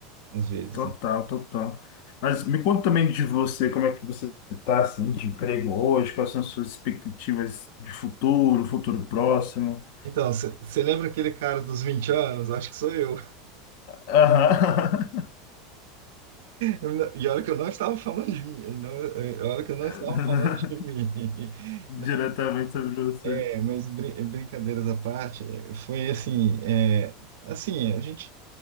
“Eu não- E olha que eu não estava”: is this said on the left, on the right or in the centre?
Right